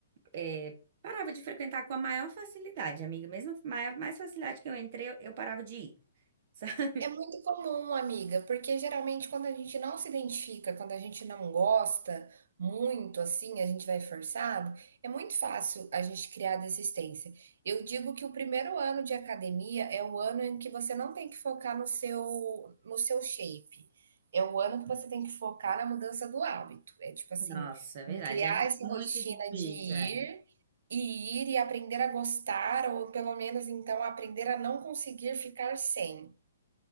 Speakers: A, on the right; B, on the right.
A: é, parava de frequentar com a maior facilidade, amiga. Mesmo maior, mais facilidade que eu entrei, eu, eu parava de ir. <laughs> sabe?
B: É muito comum, amiga, porque geralmente quando a gente não se identifica, quando a gente não gosta muito assim, a gente vai forçado, é muito fácil a gente criar desistência. Eu digo que o primeiro ano de academia é o ano em que você não tem que focar no seu no seu shape. É o ano que você tem que focar na mudança do hábito. É tipo assim,
A: Nossa, é verdade.
B: em criar
A: É
B: essa
A: muito
B: rotina
A: difícil,
B: de ir
A: é.
B: e ir e aprender a gostar, ou pelo menos então aprender a não conseguir ficar sem.